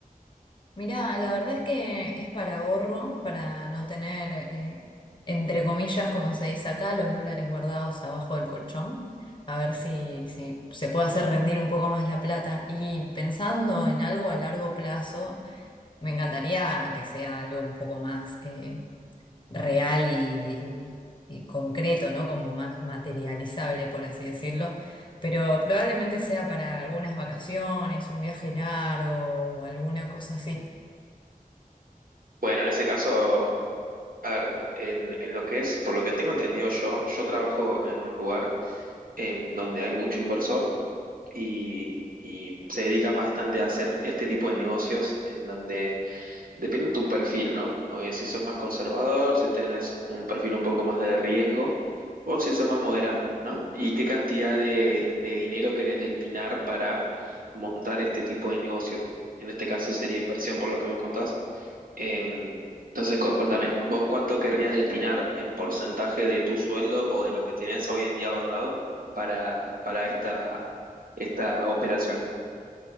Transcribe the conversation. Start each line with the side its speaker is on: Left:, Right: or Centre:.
Left: Mirá, la verdad es que es para ahorro, para no tener, eh, entre comillas, como se dice acá, los dólares guardados abajo del colchón, a ver si, si se puede hacer rendir un poco más la plata. Y pensando en algo a largo plazo, me encantaría que sea algo un poco más... eh, real y, y- y concreto, ¿no? Como más materializable, por así decirlo. Pero probablemente sea para algunas vacaciones, un viaje largo o alguna cosa así.
Right: Bueno, en ese caso... A ver, en, en lo que es, por lo que tengo entendido yo, yo trabajo en un lugar em, donde hay mucho inversor y, y se dedican bastante a hacer este tipo de negocios en donde depende de tu perfil, ¿no? O es si sos más conservador, si tenés un perfil un poco más de riesgo o si sos más moderado, ¿no? Y qué cantidad de, de dinero querés destinar para montar este tipo de negocio. En este caso sería inversión, por lo que me contás. Em, entonces, co- contame, ¿vos cuánto querrías destinar en porcentaje de tu sueldo o de lo que tenés hoy en día ahorrado para, para esta, esta operación?